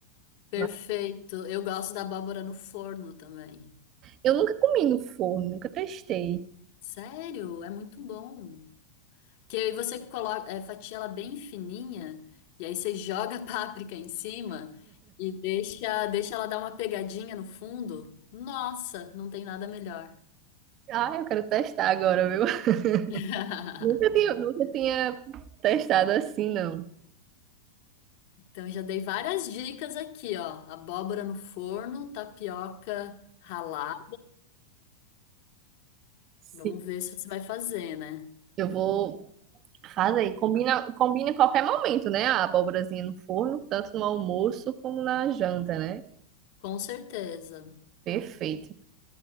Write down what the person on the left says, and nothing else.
Perfeito.
Eu gosto da abóbora no forno também.
Sério, é muito bom. Que aí você coloca, é, fatia ela bem fininha, e aí você joga a páprica em cima e deixa, deixa ela dar uma pegadinha no fundo. Nossa, não tem nada melhor.
<laughs>
Então, eu já dei várias dicas aqui, ó. Abóbora no forno, tapioca ralada.
Vamos ver se você vai fazer, né?
Com certeza.